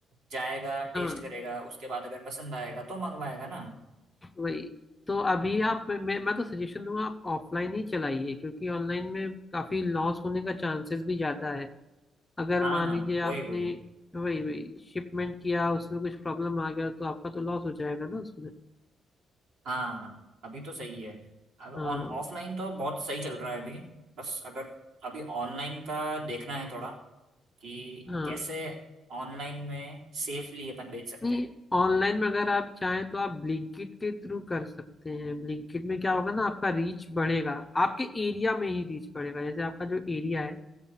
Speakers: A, on the right; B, on the left.
A: जाएगा टेस्ट
B: हाँ
A: करेगा उसके बाद अगर पसंद आएगा तो मंगवाएगा ना
B: वही तो अभी आप मैं, मैं तो सजेशन दूंगा आप ऑफलाइन ही चलाइए क्योंकि ऑनलाइन में काफी लॉस होने का चांसेस भी ज्यादा है अगर
A: हाँ
B: मान
A: हाँ
B: लीजिए
A: वही
B: आपने
A: वही
B: वही वही शिपमेंट किया उसमें कुछ प्रॉब्लम आ गया तो आपका तो लॉस हो जाएगा ना उसमें
A: हाँ अभी तो सही है अब ऑन
B: हाँ वही,
A: ऑफलाइन तो बहुत सही चल रहा है अभी बस अगर अभी ऑनलाइन का देखना है थोड़ा कि
B: हाँ
A: कैसे ऑनलाइन में सेफली अपन बेच सकते
B: नहीं
A: हैं
B: ऑनलाइन में अगर आप चाहें तो आप ब्लिंकिट के थ्रू कर सकते हैं ब्लिंकिट में क्या होगा ना आपका रीच बढ़ेगा आपके एरिया में ही रीच बढ़ेगा जैसे आपका जो एरिया है